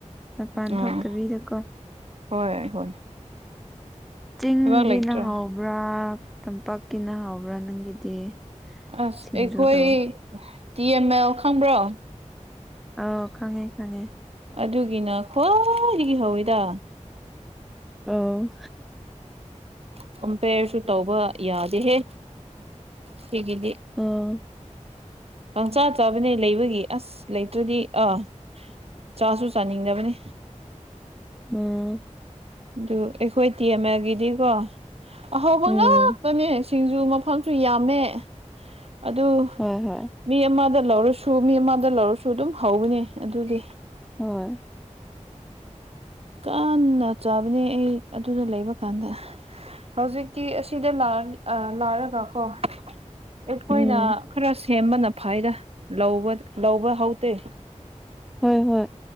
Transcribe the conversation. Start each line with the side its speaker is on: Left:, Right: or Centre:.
Centre: ꯃꯄꯥꯟ
Right: ꯎꯝ
Centre: ꯊꯣꯛꯇꯕꯤꯗꯀꯣ
Right: ꯍꯣꯏ ꯍꯣꯏ
Centre: ꯆꯤꯡꯒꯤꯅ
Right: ꯊꯕꯛ ꯂꯩꯇ꯭ꯔꯣ
Centre: ꯍꯥꯎꯕ꯭ꯔꯥ ꯇꯝꯄꯥꯛꯀꯤꯅ ꯍꯥꯎꯕ꯭ꯔꯥ ꯅꯪꯒꯤꯗꯤ
Right: ꯑꯁ
Centre: ꯁꯤꯡꯖꯨꯗꯣ
Right: ꯑꯩꯈꯣꯏ ꯇꯤ ꯑꯦꯝ ꯑꯦꯜ ꯈꯪꯕ꯭ꯔꯣ
Centre: ꯑ ꯈꯪꯉꯦ ꯈꯪꯉꯦ
Right: ꯑꯗꯨꯒꯤꯅ ꯈ꯭ꯋꯥꯏꯗꯒꯤ ꯍꯧꯋꯤꯗ
Centre: ꯑꯣ
Right: ꯀꯝꯄꯦꯔꯁꯨ ꯇꯧꯕ ꯌꯥꯗꯦꯍꯦ ꯁꯤꯒꯤꯗꯤ
Centre: ꯑꯣ
Right: ꯄꯪꯆꯥ ꯆꯥꯕꯅꯦ ꯂꯩꯕꯒꯤ ꯑꯁ ꯂꯩꯇ꯭ꯔꯗꯤ ꯑꯥ ꯆꯥꯁꯨ ꯆꯥꯅꯤꯡꯗꯕꯅꯤ
Centre: ꯎꯝ
Right: ꯑꯗꯨ ꯑꯩꯈꯣꯏ ꯇꯤ ꯑꯦꯝ ꯑꯦꯜꯒꯤꯗꯤꯀꯣ ꯑꯍꯥꯎꯕ
Centre: ꯎꯝ
Right: ꯉꯥꯛꯇꯅꯦ ꯁꯤꯡꯖꯨ ꯃꯐꯝꯁꯨ ꯌꯥꯝꯃꯦ ꯑꯗꯨ
Centre: ꯍꯣꯏ ꯍꯣꯏ
Right: ꯃꯤ ꯑꯃꯗ ꯂꯧꯔꯁꯨ ꯃꯤ ꯑꯃꯗ ꯂꯧꯔꯁꯨ ꯑꯗꯨꯝ ꯍꯥꯎꯕꯅꯦ ꯑꯗꯨꯗꯤ
Centre: ꯍꯣꯏ
Right: ꯀꯥꯟꯅ ꯆꯥꯕꯅꯦ ꯑꯩ ꯑꯗꯨꯗ ꯂꯩꯕ ꯀꯥꯟꯗ ꯍꯧꯖꯤꯛꯇꯤ ꯑꯁꯤꯗ ꯂꯥꯛꯑꯅꯤ ꯂꯥꯛꯔꯒ ꯀꯣ ꯑꯩꯈꯣꯏꯅ
Centre: ꯎꯝ
Right: ꯈꯔ ꯁꯦꯝꯕꯅ ꯐꯩꯗ ꯂꯧꯕ ꯂꯧꯕ ꯍꯥꯎꯇꯦ
Centre: ꯍꯣꯏ ꯍꯣꯏ